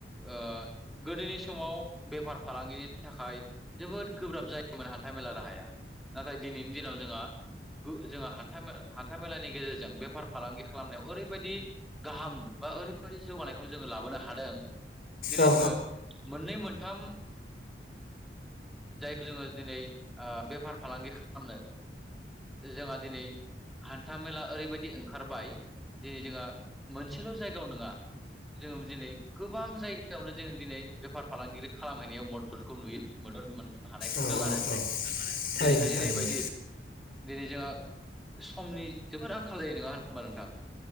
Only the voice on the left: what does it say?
औ
औ
औ
औ थारैनो
थारैनो